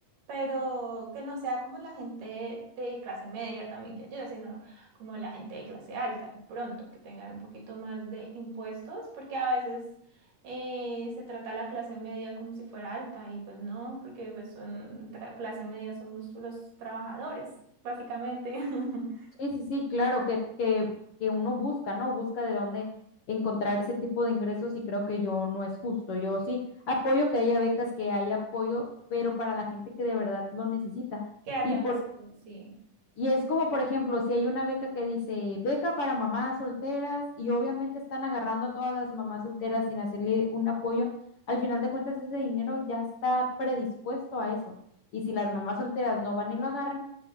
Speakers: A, on the right (about 70°); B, on the left (about 55°).
A: pero que no sea como la gente de clase media también que ayuda, sino como la gente de clase alta, de pronto, que tengan un poquito más de impuestos, porque a veces eh, se trata a la clase media como si fuera alta y pues no, porque pues son tra- clase media somos los trabajadores, básicamente, <laughs>
B: Sí, sí, sí, claro, que, que, que uno busca, ¿no? Busca de dónde encontrar ese tipo de ingresos y creo que yo no es justo. Yo sí apoyo que haya becas, que haya apoyo, pero para la gente que de verdad lo necesita.
A: que haya
B: Y, por,
A: un estudio, sí,
B: y es como, por ejemplo, si hay una beca que dice beca para mamás solteras y obviamente están agarrando a todas las mamás solteras sin hacerle un apoyo, al final de cuentas ese dinero ya está predispuesto a eso. Y si las mamás solteras no van y lo agarran,